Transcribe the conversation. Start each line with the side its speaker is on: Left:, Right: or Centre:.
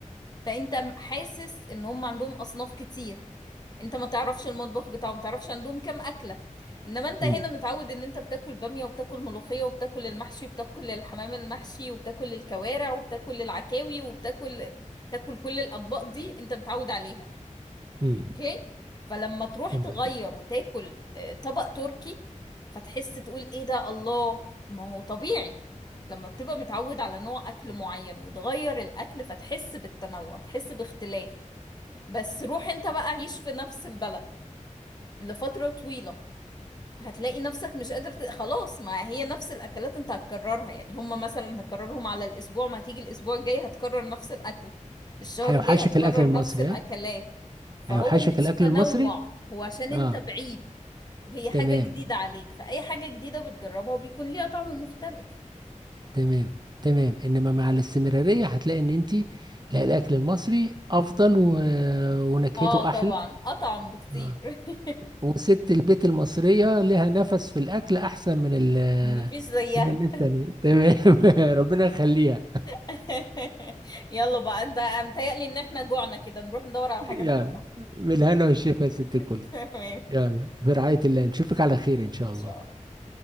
Left: فانت م- حاسس ان هم عندهم أصناف كتير انت ما تعرفش المطبخ بتاعه ما تعرفش عندهم كام اكله انما انت
Right: امم
Left: هنا متعود ان انت بتاكل باميه وبتاكل ملوخيه وبتاكل المحشي وبتاكل الحمام المحشي وبتاكل الكوارع وبتاكل العكاوي وبتاكل بتاكل كل الاطباق دي انت متعود عليها
Right: امم
Left: اوكي فلما تروح
Right: تمام
Left: تغير وتاكل آه، طبق تركي فتحس تقول ايه ده الله ما هو طبيعي لما بتبقى متعود على نوع اكل معين وتغير الاكل فتحس بالتنوع تحس باختلاف بس روح انت بقى عيش في نفس البلد لفترة طويلة هتلاقي نفسك مش قادر ت... خلاص ما هي نفس الأكلات انت هتكررها يعني هما مثلا هكررهم على الأسبوع ما هتيجي الأسبوع الجاي هتكرر نفس الأكل الشهر
Right: هيوحشك
Left: الجاي هتكرر
Right: الاكل المصري
Left: نفس الأكلات
Right: ها
Left: فهو
Right: هيوحشك الاكل
Left: مش تنوع
Right: المصري
Left: هو عشان انت
Right: اه
Left: بعيد وهي حاجة
Right: تمام
Left: جديدة عليك فأي حاجة جديدة بتجربها بيكون ليها طعم مختلف
Right: تمام تمام انما مع الاستمرارية هتلاقي ان انت لا الاكل المصري افضل و... ونكهته
Left: اه طبعا
Right: احلى
Left: أطعم بكتير
Right: آه.
Left: <laughs>
Right: وست البيت المصرية لها نفس في الاكل احسن من ال...
Left: مفيش زيها
Right: من الناس الثانية تمام <laughs> ربنا يخليها
Left: <laughs> يلا بقى انت متهيألي ان احنا جوعنا كده نروح ندور على
Right: يلا
Left: حاجة ناكلها
Right: بالهنا والشفا يا ست الكل
Left: <laughs> تمام
Right: يلا في رعاية الله نشوفك على خير ان شاء
Left: إن
Right: الله
Left: شاء الله